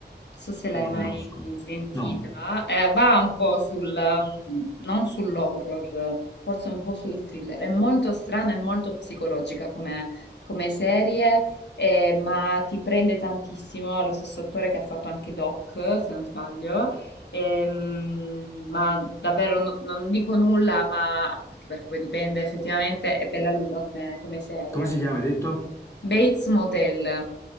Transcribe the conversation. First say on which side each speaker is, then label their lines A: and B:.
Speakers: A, on the left; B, on the left.
A: so se l'hai
B: Non la
A: mai
B: conosco.
A: sentita.
B: No.
A: Eh, va un po' sul, mm, non sull'horror, forse un po' sul thriller. È molto strana e molto psicologica come, come serie, eh, ma ti prende tantissimo. È Lo stesso attore che ha fatto anche Doc, se non sbaglio. Ehm, ma davvero no- non dico nulla, ma anche perché poi dipende effettivamente, è bella lunga come come serie.
B: Come si chiama, hai detto?
A: Bates Motel,